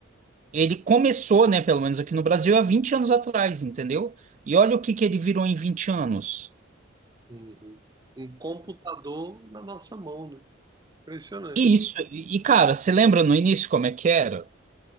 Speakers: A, on the right; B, on the right.
A: ele começou, né, pelo menos aqui no Brasil, há 20 anos atrás, entendeu? E olha o que que ele virou em 20 anos.
B: Uhum. Um computador na nossa mão, né? Impressionante.
A: E isso, e, e, cara, você lembra no início como é que era?